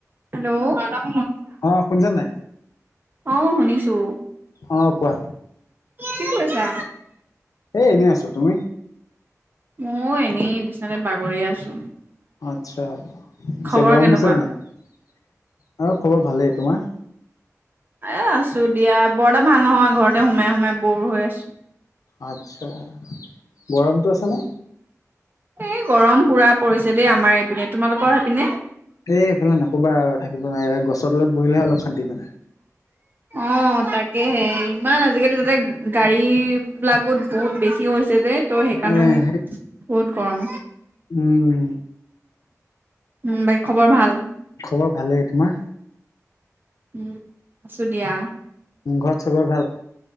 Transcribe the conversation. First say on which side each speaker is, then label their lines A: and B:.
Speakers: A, on the right; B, on the left.
A: হেল্'
B: অ শুচান নাই।
A: অ শুনিছো।
B: অ কোৱা
A: কি কৰিছা
B: এ এনে আছো তুমি
A: ময় এনেই বিছনাতে বাগৰি আছো।
B: আচ্ছা পিছে
A: খবৰ
B: গৰম
A: কেনেকুৱা
B: দিছে নাই। আৰু খবৰ ভালেই তোমাৰ
A: এ আছো দিয়া বৰ এটা ভাল নহয় ঘৰতে সোমাই সোমাই বৰ হৈ আছো।
B: আচ্ছা গৰমটো আছে নে?
A: এই গৰম পুৰা পৰিছে দেই আমাৰ এপিনে। তোমালোকৰ হেপিনে?
B: এই এইফালে নকবা আৰু থাকিব নোৱাই। এয়া গছৰ তলত বহিলেহে অলপ শান্তি মানে।
A: অ' তাকেহে ইমান আজিকালি তাতে গাড়ী বিলাকত বহুত বেছি হৈছে যে, ত' হেকাণেও
B: এ সেই
A: বহুত গৰম।
B: উম।
A: উম বাকী খবৰ ভাল?
B: খবৰ ভালেই। তোমাৰ?
A: উ আছোঁ দিয়া।
B: উ ঘৰত চবই ভাল?